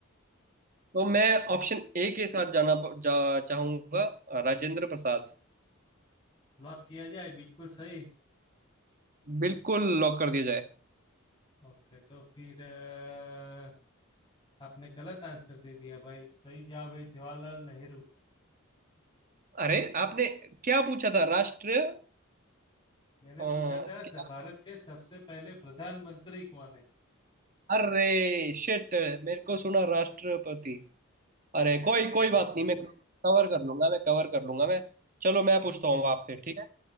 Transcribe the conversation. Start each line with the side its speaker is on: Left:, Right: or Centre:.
Right: तो मैं
Left: इस-
Right: ऑप्शन ए के साथ जाना जा, चाहूंगा राजेंद्र प्रसाद
Left: लॉक किया जाए बिल्कुल सही
Right: बिल्कुल लॉक कर दिया जाए
Left: ओके तो फिर अ, आपने गलत आंसर दे दिया भाई सही जवाब है जवाहरलाल नेहरू
Right: अरे आपने क्या पूछा था राष्ट्र अ,
Left: मैंने
Right: क्या
Left: पूछा था स- भारत के सबसे पहले प्रधानमंत्री कौन है
Right: अरे शिट मेरे को सुना राष्ट्रपति अरे
Left: नहीं
Right: कोई
Left: नहीं
Right: कोई
Left: नहीं
Right: बात
Left: भाई
Right: नहीं मैं कवर कर लूंगा मैं कवर कर लूंगा मैं चलो
Left: ठीक
Right: मैं पूछता हूँ
Left: है
Right: आपसे ठीक है